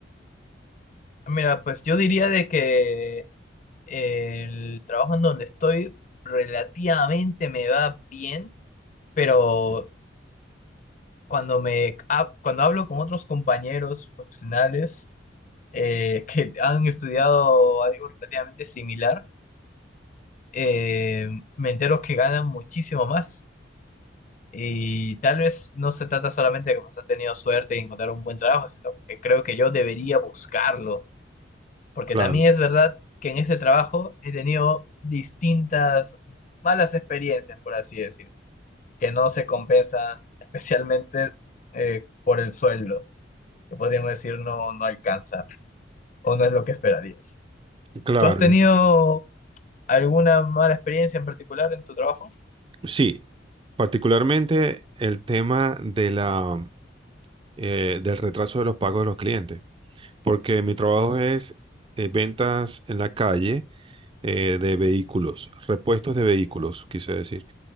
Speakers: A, on the left; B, on the right.
A: Mira, pues yo diría de que eh, el trabajo en donde estoy relativamente me va bien, pero cuando me ha- cuando hablo con otros compañeros profesionales eh, <laughs> que han estudiado algo relativamente similar eh, me entero que ganan muchísimo más. Y tal vez no se trata solamente de que has tenido suerte y encontrar un buen trabajo, sino que creo que yo debería buscarlo. Porque
B: Claro,
A: también es verdad que en ese trabajo he tenido distintas malas experiencias, por así decir, que no se compensan <laughs> especialmente eh, por el sueldo, que podríamos decir no, no alcanza o no es lo que esperarías.
B: claro.
A: ¿Tú has tenido
B: en-
A: alguna mala experiencia en particular en tu trabajo?
B: Sí, particularmente el tema de la, eh, del retraso de los pagos de los clientes, porque mi trabajo es eh, ventas en la calle eh, de vehículos, repuestos de vehículos, quise decir.